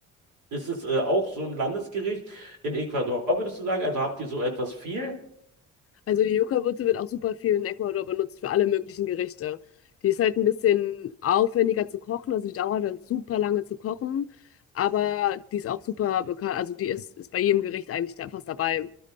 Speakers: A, on the right; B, on the left.
A: Ist es äh, auch so ein Landesgericht in Ecuador, würdest du sagen? Also habt ihr so etwas viel?
B: Also die Yucca-Wurzel wird auch super viel in Ecuador benutzt für alle möglichen Gerichte. Die ist halt ein bisschen aufwendiger zu kochen, also die dauert halt super lange zu kochen, aber die ist auch super bekannt, also die ist, ist bei jedem Gericht eigentlich da fast dabei.